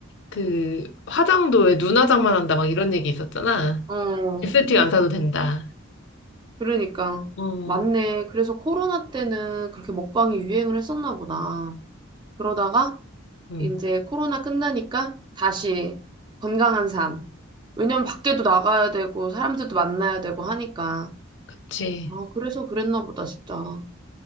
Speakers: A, on the left; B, on the right.
A: 그 화장도 왜 눈화장만 한다 막 이런 얘기 있었잖아.
B: 어.
A: 에스테틱 안 사도 된다.
B: 그러니까
A: 어,
B: 맞네. 그래서 코로나 때는 그렇게 먹방이 유행을 했었나 보다. 그러다가
A: 응,
B: 이제 코로나 끝나니까 다시 건강한 삶. 왜냐면 밖에도 나가야 되고 사람들도 만나야 되고 하니까.
A: 그치.
B: 아, 그래서 그랬나 보다, 진짜.